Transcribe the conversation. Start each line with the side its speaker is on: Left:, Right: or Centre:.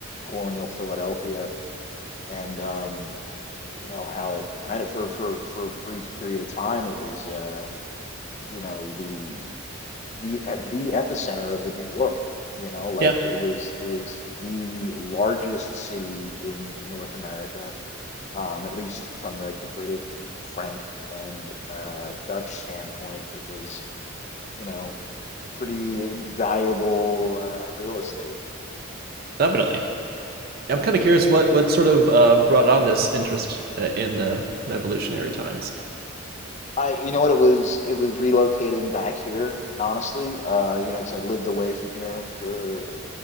Left: colonial Philadelphia and um you know how it kind of for for for a brief period of time it was uh you know the the e- the epicenter of the new world you know like
Right: Yeah,
Left: it was it was the largest city in North America um at least from like the British French and uh Dutch standpoint it was you know pretty invaluable uh, real estate
Right: definitely. I'm kind of curious what what sort of uh, brought on this interest uh, in the revolutionary times.
Left: I, you know what, it was it was relocating back here, honestly. Uh, you know, because I'd lived away from here for